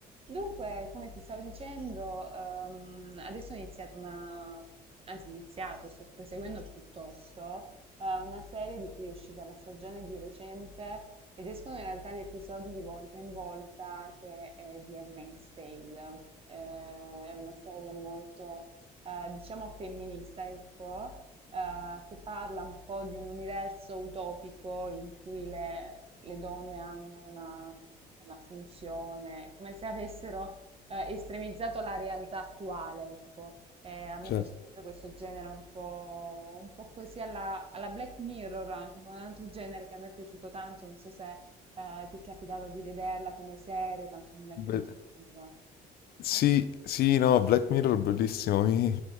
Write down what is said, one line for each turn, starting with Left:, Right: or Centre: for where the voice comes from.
Right: Dunque, come ti stavo dicendo, ehm, adesso ho iniziato una, anzi ho iniziato, sto proseguendo piuttosto, eh, una serie di cui è uscita la stagione di recente ed escono in realtà gli episodi di volta in volta che è di Handmaid's Tale. Eh, è una serie molto, eh, diciamo, femminista, ecco, eh, che parla un po' di un universo utopico in cui le, le donne hanno una la funzione, come se avessero eh, estremizzato la realtà attuale, ecco. Eh, a me
Left: Certo,
Right: piace sempre questo genere un po', un po' così alla, alla Black Mirror, anche con un altro genere che a me è piaciuto tanto, non so se eh, ti è capitato di vederla come serie, tanto non è
Left: be-
Right: continuativa.
Left: sì, sì, no, Black Mirror bellissimo, mi-